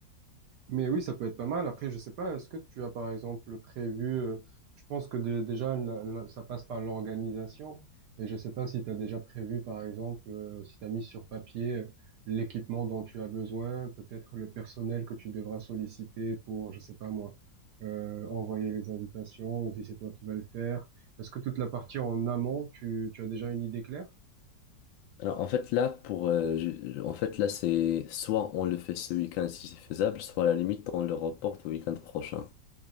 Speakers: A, on the right; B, on the left.
A: Mais oui, ça peut être pas mal. Après, je sais pas, est-ce que tu as par exemple prévu, euh, je pense que de- déjà la- la- ça passe par l'organisation et je sais pas si tu as déjà prévu par exemple euh, si tu as mis sur papier euh, l'équipement dont tu as besoin, peut-être le personnel que tu devras solliciter pour, je sais pas moi, euh, envoyer les invitations ou si c'est toi qui vas le faire. Est-ce que toute la partie en amont, tu, tu as déjà une idée claire?
B: Alors, en fait, là, pour, euh, je- en fait, là, c'est soit on le fait ce week-end si c'est faisable, soit à la limite, on le reporte au week-end prochain.